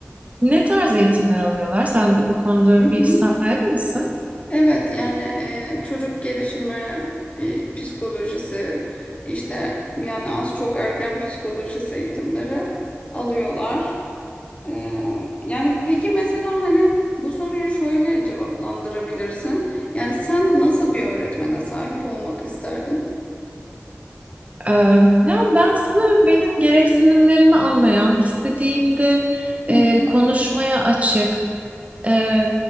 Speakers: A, on the right (about 30°); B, on the left (about 25°).
A: Ne tarz eğitimler alıyorlar? Sen bu konuda
B: hı
A: bilgi
B: hı.
A: sahibi misin?
B: Evet yani e, çocuk gelişimi, e, psikolojisi işte yani az çok ergen psikolojisi eğitimleri alıyorlar. Ee, yani peki mesela hani bu soruyu şöyle cevaplandırabilirsin. Yani sen nasıl bir öğretmene sahip olmak isterdin?
A: Ee, yani ben sanırım benim gereksinimlerimi anlayan, istediğimde e,
B: Hı hı,
A: konuşmaya açık. Ee,